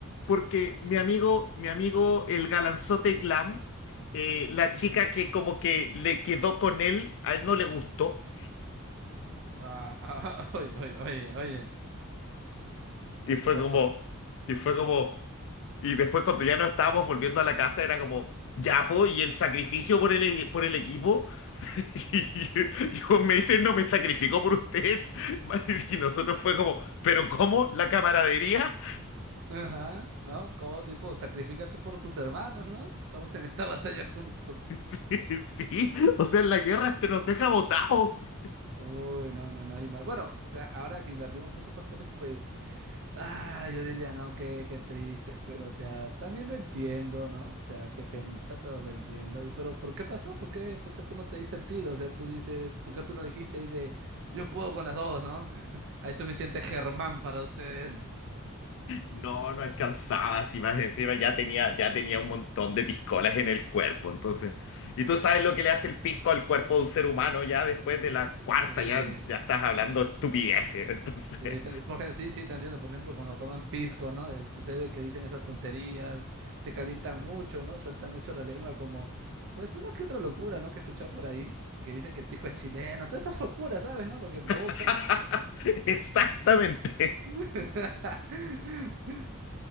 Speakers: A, on the left; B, on the right.
A: porque mi amigo, mi amigo, el galanzote glam, eh, la
B: Ujú.
A: chica que como que le quedó con él, a él no le gustó.
B: Ah, <laughs> ah, ah, oye, oye, oye, oye.
A: Y fue
B: ¿Qué pasó?
A: como, y fue como, y después cuando ya no estábamos volviendo a la casa era como, ya po, y el sacrificio por el, e-, por el equipo. <laughs> Y yo me dice, no me sacrificó por ustedes. <laughs> Y nosotros fue como, ¿pero cómo? ¿La camaradería? <laughs>
B: Ajá, ¿no? Como tipo, sacrifícate por tus hermanos, ¿no? Estamos en esta batalla juntos.
A: Sí, sí. O sea, en la guerra te nos deja botados.
B: Uy, no, no, no hay mal. Bueno, o sea, ahora que invertimos esos papeles, pues, ah, yo diría, no, qué, qué triste, pero, o sea, también lo entiendo, ¿no? O sea, qué penita, pero lo entiendo. Y, pero, ¿por qué pasó? ¿Por qué, por qué tú no te diste el tiro? O sea, tú dices, ¿por qué tú no dijiste ahí de, yo puedo con las dos, ¿no? <laughs> Hay suficiente Germán para ustedes. <laughs>
A: No, no alcanzaba, si más encima ya tenía, ya tenía un montón de piscolas en el cuerpo, entonces. Y tú sabes lo que le hace el pisco al cuerpo de un ser humano ya después de la cuarta,
B: Sí.
A: ya, ya estás hablando estupideces, entonces.
B: Sí, te- por ej- sí, sí, te entiendo. Por ejemplo, cuando toman pisco, ¿no? Eh, sucede que dicen esas tonterías, se calientan mucho, ¿no? Sueltan mucho la lengua, como, pues una que otra locura, ¿no? Que he escuchado por ahí, que dicen que el pisco es chileno, todas esas locuras, ¿sabes, no? Lo que
A: <laughs>
B: provoca.
A: Exactamente.
B: <laughs>